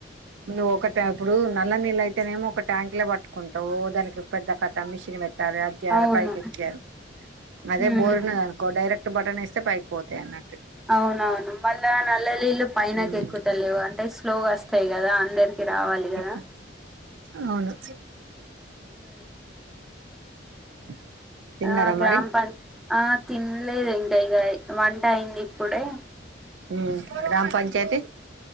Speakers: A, on the right; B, in the centre.
A: నువ్వు ఒకట ఇప్పుడు నల్ల నీళ్ళ అయితేనేమో ఒక ట్యాంక్ లో వట్టుకుంటవు దానికి పెద్ద కథ మిషన్ వెట్ టదా జారపైకి
B: అవును
A: ఎక్కారు అదే
B: ఉమ్
A: బోర్డు న కో డెరెక్ట్ ట్ బటన్ ఏస్తే పైకి పోతాయి అన్న
B: అవున ఆ నుమ్మల్నే నల్లలిల్లు పైనకి
A: ఉమ్
B: ఎక్కుతలేవు అంటే స్లోగొస్తాయ్ గదా అందరు కి రావాలి కదా
A: ఇంకా అవును
B: మ్మ్
A: <inaudible>
B: ఆ గ్రామ
A: మరి
B: పం ఆ తినలేదు ఇంకా ఇగ వంట అయింది ఇప్పుడే
A: మ్మ్ గ్రామ పంచాయతి